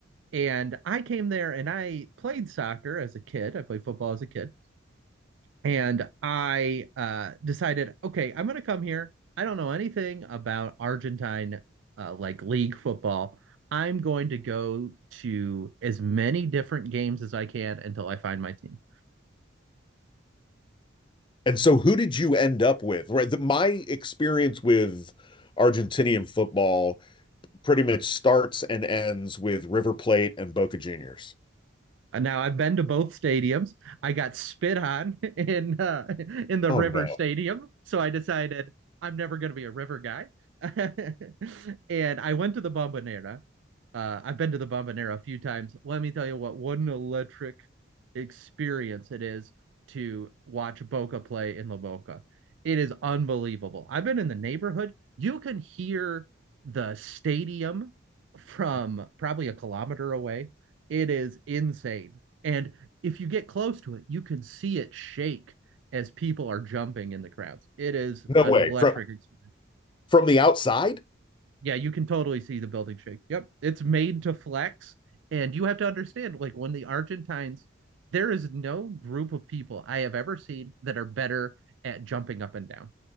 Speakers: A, on the right; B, on the left.
A: and I came there and I played soccer as a kid. I played football as a kid. And I uh, decided, okay, I'm going to come here. I don't know anything about Argentine uh, like league football. I'm going to go to as many different games as I can until I find my team.
B: And so, who did you end up with? Right, the, my experience with Argentinian football pretty much starts and ends with River Plate and Boca Juniors.
A: And now I've been to both stadiums. I got spit on <laughs> in uh, in the
B: Oh
A: River
B: no,
A: Stadium, so I decided I'm never going to be a River guy. <laughs> and I went to the Bombonera, uh, I've been to the Bombonera a few times. Let me tell you what, what an electric experience it is to watch Boca play in La Boca. It is unbelievable. I've been in the neighborhood. You can hear the stadium from probably a kilometer away. It is insane. And if you get close to it, you can see it shake as people are jumping in the crowds. It is
B: no
A: an
B: way!
A: electric
B: From
A: experience.
B: from the outside?
A: Yeah, you can totally see the building shake. Yep. It's made to flex. And you have to understand, like, when the Argentines, there is no group of people I have ever seen that are better at jumping up and down.